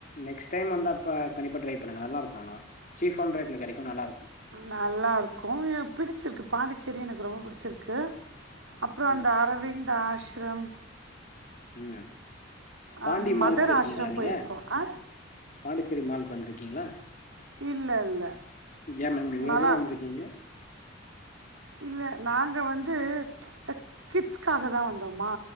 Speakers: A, on the left; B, on the right.
A: நெக்ஸ்ட் டைம் வந்தாப்ப கண்டிப்பா ட்ரை பண்ணுங்க நல்லா இருக்கோ அங்களா சீப்பான ரேட்ல கெடைக்கோ நல்லா இருக்கோ
B: நல்லாருக்கோ எனக் பிடிச்சிருக்கு பாண்டிச்சேரி எனக்கு ரொம்ப பிடிச்சிருக்கு அப்றோ
A: ம்
B: அந்த அரவிந் ஆஸ்ரம்
A: ம் பாண்டி
B: அந்த
A: மாலுக்கு
B: மதர்
A: பேய்ர்க்கீங்களா
B: ஆஷ்ரம் போயிருக்கோம்
A: நீங்க
B: ஆ
A: பாண்டிச்சேரி மால்க்கு வந்திருக்கீங்களா
B: இல்லை இல்லை
A: ஏ மேம் இவ்ளோ
B: நல்லா
A: தூரோ வந்துருக்கீங்க
B: இல்ல நாங்க வந்து அ கிட்ஸ்காக தா வந்தோமா